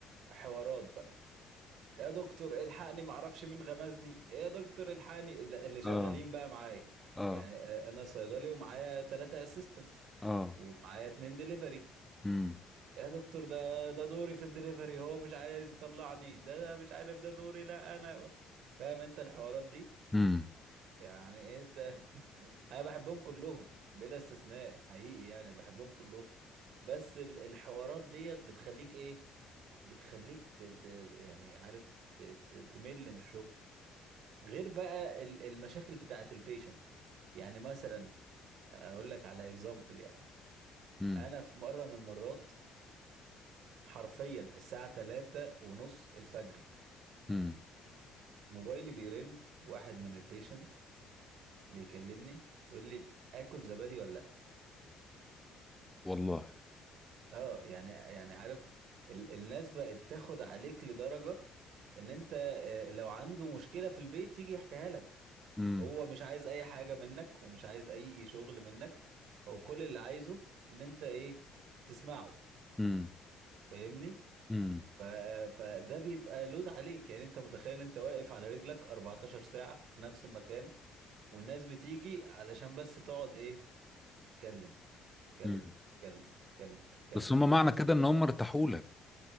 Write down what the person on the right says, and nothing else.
حوارات بقى يا دكتور الحقني معرفش مين غمزني يا دكتور الحقني اللي شغالين
بقى معايا
يعني آه، أنا صيدلي ومعايا ثلاثة أسيستنتس
ومعايا اتنين ديليفري
يا دكتور ده ده دوري في الدليفري هو مش عايز يطلعني ده ده مش عارف ده دوري لا انا فاهم انت الحوارات دي
يعني انت <laughs> انا بحبهم كلهم بلا استثناء حقيقي يعني بحبهم كلهم بس ال- الحوارات ديت بتخليك ايه بتخليك ت... ت... يعني عارف ت... ت... تمل من الشغل غير بقى ال- المشاكل بتاعت البيشنت يعني مثلا اقول لك على اكزامبل يعني
انا في مره من المرات حرفيا الساعه 3 ونص الفجر
موبايلي بيرن واحد من البيشنت بيكلمني بيقول لي اكل زبادي ولا لا
اه يعني يعني عارف ال الناس بقت تاخد عليك لدرجة ان انت آه، لو عنده مشكلة في البيت يجي يحكيها لك
هو مش عايز اي حاجة منك ومش عايز اي شغل منك هو كل اللي عايزه ان انت ايه تسمعه
فاهمني
ف... فده بيبقى لود عليك يعني انت متخيل انت واقف على رجلك 14 ساعة في نفس المكان والناس بتيجي علشان بس تقعد ايه تتكلم تتكلم
تتكلم تتكلم تتكلم
تتكلم